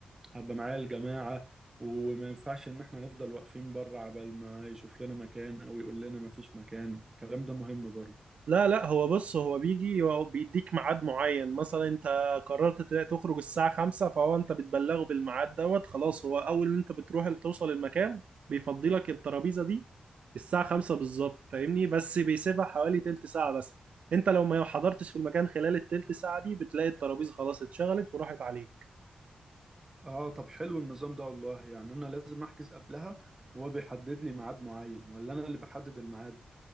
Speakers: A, on the right; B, on the right.
A: هبقى معايا الجماعة وما ينفعش ان احنا نفضل واقفين بره عبال ما يشوف لنا مكان او يقول لنا ما فيش مكان الكلام ده مهم برضو
B: لا لا هو بص هو بيجي هو بيديك ميعاد معين مثلا انت قررت ت- تخرج الساعة خمسة فهو انت بتبلغه بالميعاد دوت خلاص هو اول ما انت بتروح توصل المكان بيفضي لك الترابيزة دي الساعة خمسة بالظبط فاهمني بس بيسيبها حوالي تلت ساعة بس انت لو ما حضرتش في المكان خلال التلت ساعة دي بتلاقي الترابيزة خلاص اتشغلت وراحت عليك
A: اه طب حلو النظام ده والله يعني انا لازم احجز قبلها وهو بيحدد لي ميعاد معين ولا انا اللي بحدد الميعاد